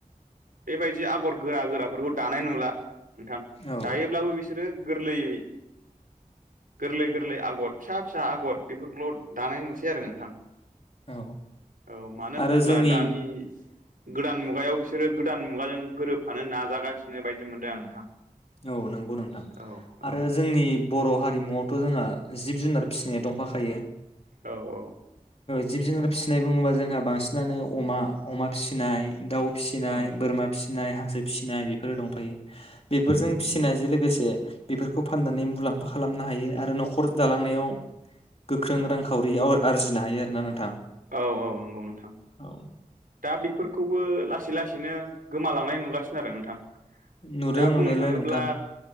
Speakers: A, on the right; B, on the left.
A: बेबायदि आगर गोरा गोरा <unintelligible> दानाय नुला नोंथां
B: औ
A: दायोब्लाबो बिसोरो गोरलैयै गोरलै गोरलै आगर फिसा फिसा आगर बेफोरखौल दानाय नुसै आरो नोंथां
B: औ
A: औ मानो
B: आरो
A: होनोब्ला
B: जोंनि
A: दानि गोदान मुगायाव बिसोरो गोदान मुगाजों गोरोबफानो नाजा जागासिनो बायदि मोनदों आं नोंथां
B: औ नंगौ नोंथां
A: औ औ
B: आरो जोंनि बर हारिमुआव थ जोंहा जिब जुनार फिसिनाया दंफाखायो
A: औ औ
B: जिब जुनार फिसिनाय बुङोबा जोंहा बांसिनानो अमा अमा फिसिनाय दाउ फिसिनाय
A: औ
B: बोरमा फिसिनाय फिसिनाय हांसो फिसिनाय बेफोरो दंफायो बेफोरजों
A: उम उम
B: फिसिनायजों लोगोसे बेफोरखौ फाननानै मुलाम्फा खालामनो हायो आरो नखर दालांनायाव गोख्रों रांखावरि आरजि हायो आरोना नोंथां
A: औ औ नंगौ नोंथां
B: औ
A: दा बेफोरखौबो लासै लासै बिदिनो गोमालांनाय नुगासिनो आरो नोंथां
B: नुदों
A: दा बुंनो
B: नुनायालाय
A: थाङोब्ला
B: नोंथां